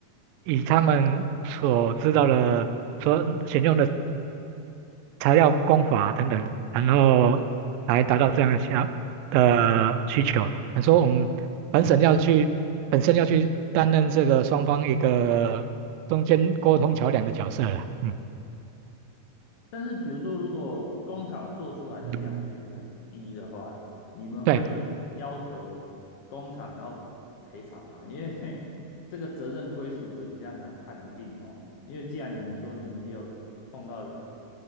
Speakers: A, on the right; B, on the left.
A: 以他们所知道的、所选用的材料工法等等，然后来达到这样的需要的需求。你说我们本省要去，本身要去担任这个双方一个中间沟通桥梁的角色了，嗯。
B: 但是比如说，如果工厂做出来的良率很低的话，
A: 嗯
B: 你们会要求工厂要赔偿吗？
A: 对
B: 因为 <laughs> 这个责任归属是比较难判定哦。因为既然你们说你们也有碰到